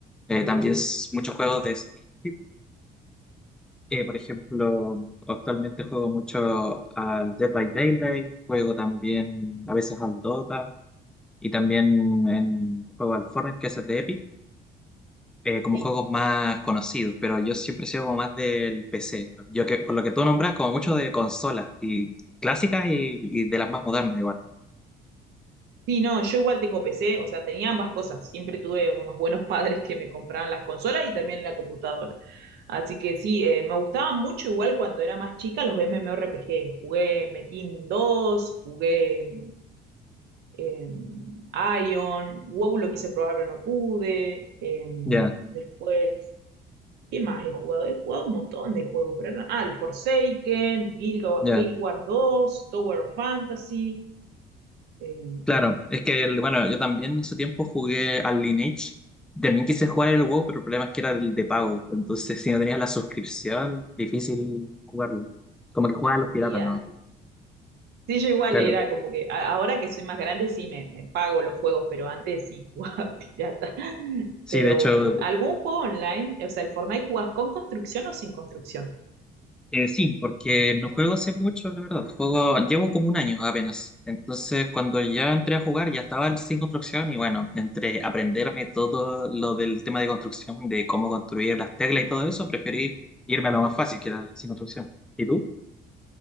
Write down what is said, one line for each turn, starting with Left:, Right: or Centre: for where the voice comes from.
Centre: eh, también s- muchos juegos de Steam. Eh, por ejemplo, actualmente juego mucho al Dead by Daylight, juego también a veces al Dota y también en, juego al Fortnite, que es el de Epic, eh, como
Right: Sí.
Centre: juegos más conocidos, pero yo siempre he sido como más del PC. Yo que, por lo que tú nombras, como mucho de consolas y clásicas y, y de las más modernas igual.
Right: Sí, no, yo igual tengo PC, o sea, tenía ambas cosas. Siempre tuve unos buenos <laughs> padres que me compraban las consolas y también la computadora. Así que sí, eh, me gustaba mucho igual cuando era más chica los MMORPG. Jugué Metin 2, jugué eh, Ion, WoW lo quise probar pero no pude. eh,
Centre: Ya,
Right: después, ¿qué más he jugado? He jugado un montón de juegos, pero era- ah, el Forsaken, Guild,
Centre: ya.
Right: Guild Wars 2, Tower of Fantasy. eh,
Centre: Claro, es que, el- bueno, yo también en su tiempo jugué al Lineage. También quise jugar el WoW, pero el problema es que era el de pago. Entonces, si no tenías la suscripción, difícil jugarlo. Como que juegan los piratas,
Right: sí, ah,
Centre: ¿no?
Right: Sí, yo igual
Centre: Claro.
Right: era como que a- ahora que soy más grande sí me, me pago los juegos, pero antes sí jugaba <laughs> pirata.
Centre: Sí,
Right: Pero
Centre: de hecho,
Right: bueno, ¿algún juego online? O sea, ¿el Fortnite jugás con construcción o sin construcción?
Centre: eh, sí, porque no juego hace mucho, la verdad. Juego, llevo como un año apenas. Entonces, cuando ya entré a jugar, ya estaba el sin construcción y bueno, entre aprenderme todo lo del tema de construcción, de cómo construir las teclas y todo eso, preferí irme a lo más fácil, que era el sin construcción. ¿Y tú?